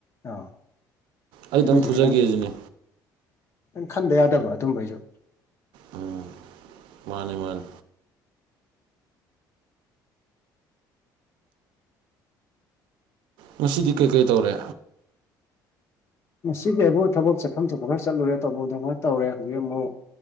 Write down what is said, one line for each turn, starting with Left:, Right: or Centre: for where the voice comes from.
Left: ꯑꯥ
Right: ꯑꯩꯗꯪ
Left: ꯑꯗꯨꯏꯁꯨ
Right: ꯐꯨꯖꯒꯦꯁꯤꯅꯦ
Left: ꯈꯤꯇꯪ ꯈꯤꯇꯪ ꯈꯟꯗ ꯌꯥꯗꯕ ꯑꯗꯨꯝꯕꯩꯖꯨ
Right: ꯎꯝ ꯃꯥꯅꯤ ꯃꯥꯅꯤ ꯉꯁꯤꯗꯤ ꯀꯩꯀꯩ ꯇꯧꯔꯦ
Left: ꯉꯁꯤꯒꯤ ꯍꯥꯏꯕꯨ ꯊꯕꯛ ꯆꯠꯐꯝ ꯊꯣꯛꯄ ꯈꯔ ꯆꯠꯂꯨꯔꯦ ꯇꯧꯐꯝ ꯊ‌ꯣꯛꯄ ꯇꯧꯔꯦ ꯍꯧꯖꯤꯛ ꯑꯃꯨꯛ